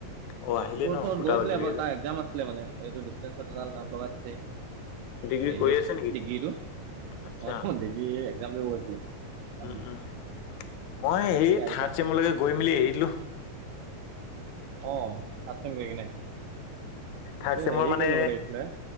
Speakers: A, on the left; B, on the right.
A: অ আহিলে
B: তোৰ
A: ন
B: ওচৰত
A: দুটা
B: গৈছিলে
A: বাজিলেগে
B: এবাৰ
A: যে
B: তাৰ এক্সাম আছিলে মানে এইটো ডিন্ঞ্চেত এডাল নাম লগাই থৈছেই।
A: ডিগ্ৰী
B: হেৰিয়ত
A: কৰি আছে নেকি?
B: ডিগ্ৰীটো
A: আচ্ছা
B: অ' হিৰ এক্সাম দিব গৈছিলে
A: উম
B: আজি।
A: উম মই এই
B: এতিয়া আহি
A: থ্ৰাৰ্ড
B: পাইছে
A: চেমলৈকে গৈ মেলি এৰি দিলোঁ।
B: অ' থ্ৰাড চেম গৈ কিনে।
A: থাৰ্ড
B: এইটো
A: চেমৰ
B: হেৰি
A: মানে,
B: কৰি ল'ব লাগিছিলে